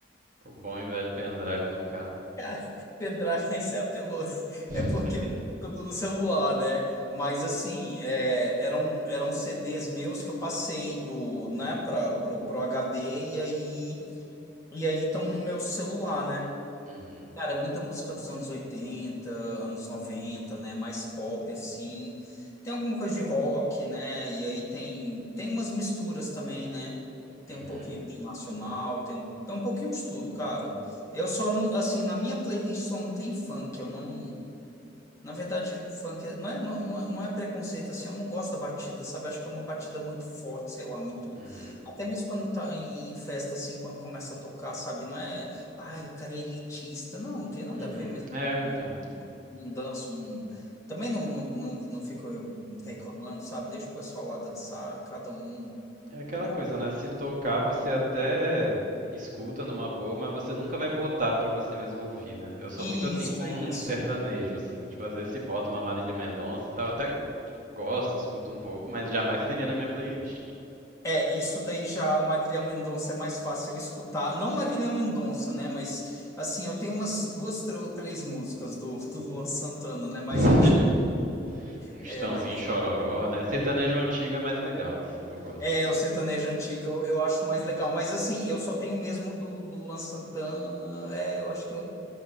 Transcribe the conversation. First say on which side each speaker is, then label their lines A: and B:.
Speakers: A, on the right; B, on the left.
A: o bom e velho pendrive no carro.
B: <laughs> cara, pendrive você apelou.
A: <laughs>
B: É porque eu tô no celular, né? Mas assim, é, eram, eram CDs meus que eu passei do, né, para pro, pro HD e aí e aí estão no meu celular, né?
A: uhum,
B: Cara, é muita música dos anos oitenta anos noventa né? Mais pop, assim. Tem alguma coisa de rock, né? E aí tem, tem umas misturas também, né? Tem
A: uhum,
B: um pouquinho de nacional, tem um, tem um pouquinho de tudo, cara. Eu só não, assim, na minha playlist só não tem funk, eu não. Na verdade, funk é, não é, não, não é, não é preconceito assim, eu não gosto da batida, sabe? Acho que é uma batida muito forte, sei lá, muito.
A: uhum,
B: Até mesmo quando tá em, em festa, assim, quando começa a tocar, sabe? Não é, ai, o cara é elitista. Não, não tem nada
A: uhum.
B: a ver, mas
A: É, eu entendo.
B: não, não danço, não. Também não, não, não, não fico reclamando, sabe? Deixa o pessoal lá dançar, cada um,
A: É aquela
B: né?
A: coisa, né? Se tocar, você até escuta numa boa, mas você nunca vai botar pra você mesmo ouvir, né? Eu sou
B: Isso,
A: muito assim com
B: isso.
A: sertanejo, assim. Tipo, às vezes se bota uma Marília Mendonça e tal, até gosto, escuto um pouco, mas jamais teria na minha playlist.
B: É, isso daí já a Marília Mendonça é mais fácil eu escutar. Não Marília Mendonça, né? Mas assim, eu tenho umas duas tr- ou três músicas do, do Luan Santana, né? Mais
A: <laughs>
B: antiga.
A: Um Estãozinho
B: É, mas
A: chororó, né? Sertanejo antigo é mais legal, assim, eu gosto.
B: é o sertanejo antigo eu, eu acho mais legal. Mas assim, eu só tenho mesmo do, do Luan Santana. É, eu acho que eu,